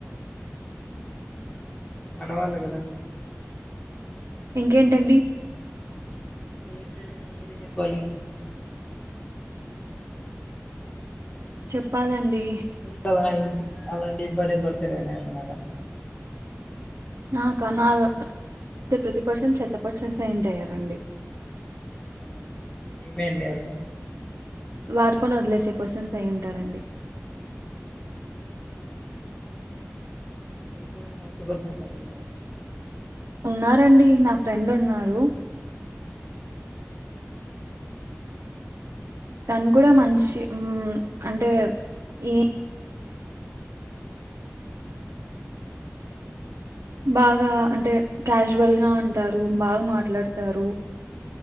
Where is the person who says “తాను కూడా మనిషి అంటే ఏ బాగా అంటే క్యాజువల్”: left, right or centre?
Right